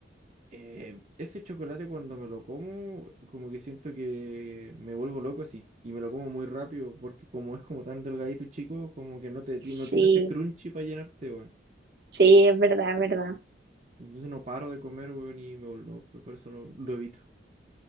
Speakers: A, on the right; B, on the right.
A: Eh, ese chocolate cuando me lo como, como que siento que me vuelvo loco así. Y me lo como muy rápido porque como es como tan delgadito y chico, como que no te detiene-
B: Sí,
A: no tiene ese crunchy para llenarte, weón.
B: sí, es verdad, es verdad.
A: Entonces no paro de comer, weón, y me vuelvo, por eso lo, lo evito.